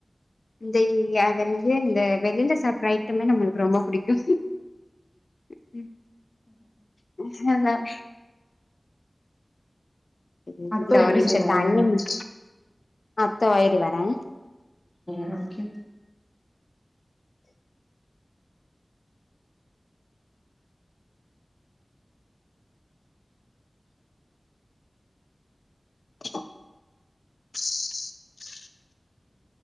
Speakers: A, on the left; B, on the left.
A: இந்த இ அதென்னது இந்த வெளில சாப்ட்ற ஐட்டமே நம்மளுக்கு ரொம்ப புடிக்கு. ம்க்ஹு. <unintelligible> இரு
B: அத்தோ
A: இந்தா
B: எப்டி
A: ஒரு நிம்ஷோ
B: செய்வாங்க
A: <unintelligible> அத்தோ இரு வரே
B: ம் ஓகே.
A: <inaudible>